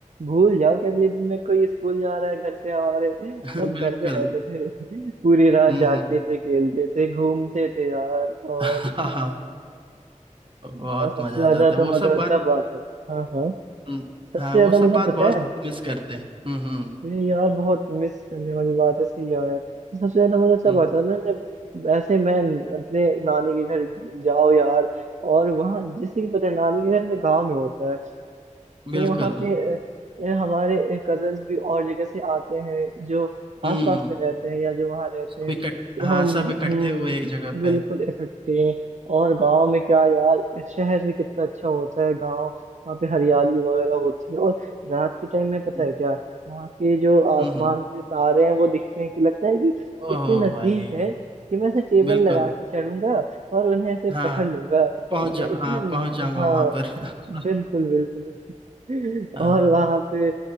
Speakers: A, on the right (about 60°); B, on the right (about 40°).
A: भूल जाओ कि अगले दिन में कोई स्कूल जा रहा है घर से हमारे सब
B: <laughs> बिल्कुल
A: घर पे रहते थे <laughs> पूरी रात
B: हम्म
A: जागते
B: हम्म।
A: थे खेलते थे घूमते थे यार और
B: <laughs> हाँ हाँ, बहुत
A: और सबसे
B: मजा
A: ज्यादा
B: आता था
A: तो
B: वो
A: मजा
B: सब बात
A: तब आता था हाँ हाँ
B: हम्म,
A: सबसे
B: हाँ
A: ज्यादा
B: वो सब
A: मजा
B: बात
A: पता
B: बहुत
A: है
B: मिस करते हैं हम्म हम्म
A: ये यार बहुत मिस करने वाली बात है सही यार सबसे ज्यादा मजा
B: हम्म,
A: तब
B: हम्म,
A: आता है ना जब ऐसे मैं अपने नानी के घर जाओ यार और वहाँ जैसे कि पता है नानी के घर से गांव में होता है
B: बिल्कुल
A: तो वहाँ पे अ, अ, हमारे कजन्स भी और जगह से आते हैं जो आसपास
B: हम्म
A: में रहते हैं या जो वहाँ रहते
B: सब
A: हैं
B: इकट्ठ
A: तो
B: हाँ
A: हम
B: सब इकट्ठे
A: हम्म, हम्म,
B: हुए एक जगह
A: बिल्कुल
B: पे
A: इकट्ठे हैं। और गांव में क्या यार शहर से कितना अच्छा होता है गांव वहाँ पे हरियाली वगैरह होती है और रात के टाइम में पता
B: हम्म
A: है क्या वहाँ के जो आसमान
B: हम्म, हम्म।
A: के जो तारे हैं वो दिखते हैं कि लगता है कि
B: ओहो
A: इतने नजदीक
B: भाई
A: है कि मैं ऐसे टेबल
B: बिल्कुल
A: लगा के चढ़ूंगा और उन्हें ऐसे
B: हाँ
A: पकड़ लूंगा
B: पहुंच जा
A: इ- इतना
B: हाँ
A: न-
B: पहुंच जाऊंगा
A: हाँ
B: वहां पर <laughs>
A: बिल्कुल बिल्कुल
B: हाँ
A: और वहां पे